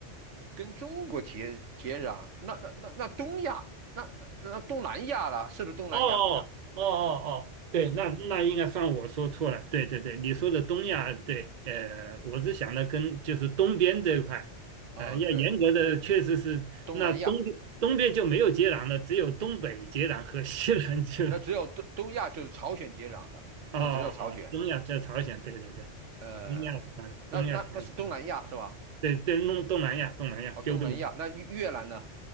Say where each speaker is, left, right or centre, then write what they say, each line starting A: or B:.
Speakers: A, on the right; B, on the right.
A: 跟中国接接壤。那那那那东亚，那那那东南亚了，是不是东南亚国家？
B: 哦哦哦哦哦，对，那那应该算我说错了，对对对，你说的东亚，对，呃，我是想的跟就是东边这一块，
A: 啊、
B: 呃，要严格的确实是那东边东边就没有接壤了，
A: 对，东南亚，
B: 只有东北接壤和西南接壤。
A: 那只有东东亚就是朝鲜接壤的，
B: 哦，
A: 那只有朝鲜。
B: 哦哦东亚在朝鲜，对对对，
A: 呃，
B: 东亚啊，
A: 那那那是东南亚是吧？
B: 东亚朝鲜，对对，东东南亚，东南亚，
A: 哦，
B: 纠正一下，
A: 东南亚，那越越南呢？